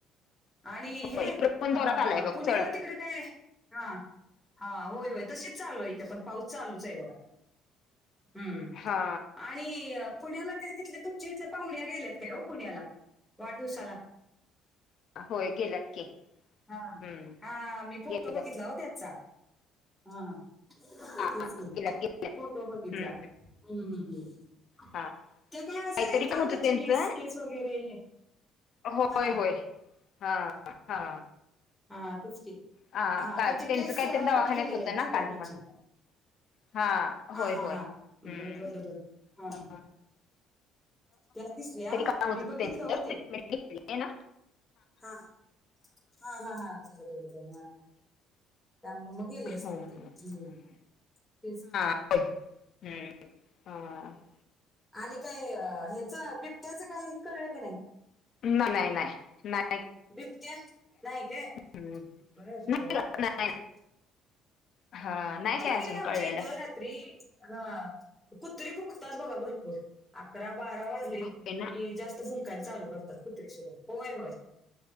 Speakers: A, in the centre; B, on the left (about 55°).
A: आणि हे
B: इकडे पण जोरात
A: अ
B: आलाय बघ
A: पुण्याला
B: चळक
A: तिकडे काय हा हा होय होय तशीच चालू आहे इथं पण पाऊस चालूच आहे बघा. हम्म,
B: हा
A: आणि पुण्याला ते तिथले तुमच्या इथले पाहुण्या गेलेत काय ओ पुण्याला वाढदिवसाला
B: होय गेल्यात की
A: हा
B: हम्म
A: हा मी फोटो
B: गेल्यात
A: बघितला ओ त्याचा हा ह तेच
B: हा
A: की
B: गेल्यात
A: फोटो बघितला.
B: हम्म
A: हम्म हम्म हम्म
B: हा
A: ते काय आजरी
B: काहीतरी
A: आहेत काय
B: काम
A: ओ
B: होतं
A: त्यांचे
B: त्यांचं
A: केस केस वगैरे.
B: होय
A: हा
B: होय
A: <inaudible>
B: हा हा!
A: हा तेच की
B: आ
A: हां,
B: का
A: त्याचे
B: त्यांचं
A: केस
B: काहीतरी
A: अ,
B: दवाखान्याच
A: कट केलेले
B: होत
A: आहेत
B: ना
A: त्या
B: काल
A: ह्याचे?
B: पण. हा
A: हां,
B: होय,
A: हां,
B: होय
A: हां.
B: हूं
A: बरं, बरं, बरं. हां,
B: हा!
A: हां. त्या दिसल्या
B: काम होतं
A: मी बघितलं
B: त्यांचं
A: ओ ते.
B: ट्रीटमेंट घेतली ना
A: हा हा हा हा हा, बर बर बर हा! त्यामुळं मग गेले असतेल
B: हम्म.
A: ते हूं तेच की.
B: हूं हा!
A: आणि काय ह्याच बिबट्याचं, काही कळलं की नाही?
B: ना नाही, नाही, नाही.
A: बिबट्या, नाही काय
B: हम्म.
A: बर
B: नाही
A: बर.
B: ग, नाही. हा नाही काय अजून
A: की
B: कळलेलं.
A: आमच्या इथं रात्री हं कुत्री भुकतात बघा भरपूर, अकरा बारा वाज लीं
B: होय ना
A: की जास्त भुं कायला चालू करतात कुत्रीे सुद्धा, होय, होय